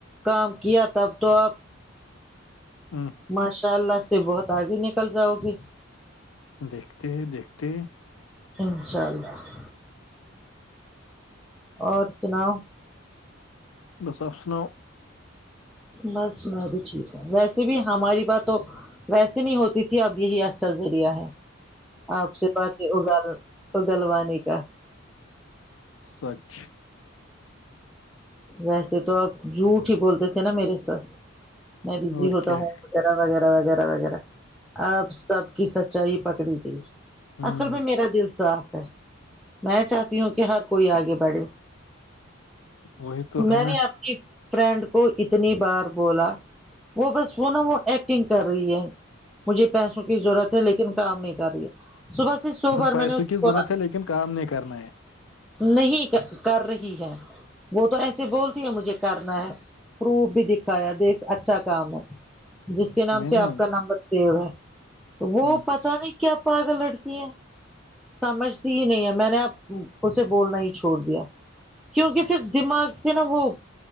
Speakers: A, in the centre; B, on the left (about 75°).
A: کام کیا تب تو آپ
B: ہمم
A: ماشاء اللہ سے بہت آگے نکل جاؤ گی
B: دیکھتے دیکھتے
A: انشاء اللہ اور سناؤ
B: بس آپش نؤ
A: بس میں بھی ٹھیک ہوں ویسے بھی ہماری بات تو ویسے نہیں ہوتی تھی اب یہی آ چھا ذریہ ہے آپ سے بات ہے اگ اگلوانی کا
B: سچ
A: ویسے تو آپ جھوٹ ہی بولتے تھے نا میرے ساتھ میں بزی
B: اور
A: ہوتا
B: کیا ہے؟
A: ہوں وغیرہ وغیرہ وغیرہ وغیرہ اب سب کی سچائی پکڑی گئی
B: ہوں
A: اصل میں میرا دل صاف ہے میں چاہتی ہوں کہ ہر کوئی آگے بڑھے
B: وہی تو
A: میں
B: ہے
A: نے
B: نا
A: اپنی فرینڈ کو اتنی بار بولا وہ بس وہ نا وہ ایکٹنگ کر رہی ہے مجھے پیسوں کی ضرورت ہے لیکن کام نہیں کر رہی ہے صبح سے سو بار
B: پیسوں
A: میں نے اس
B: کی
A: کو
B: ضرورت ہے لیکن کام نہیں کرنا ہے
A: نہیں کر رہی ہے وہ تو ایسے بولتی ہے مجھے کرنا ہے پروف بھی دکھایا دیکھ اچھا کام ہے جس کے نام
B: میں
A: سے
B: نا
A: آپ کا نمبر سیو ہے تو وہ
B: اچھا
A: پتا نہیں کیا پگ لڑکی ہے سمجھتی ہی نہیں ہے میں نے اب اسے بولنا ہی چھوڑ دیا کیونکہ پھر دماغ سے نا وہ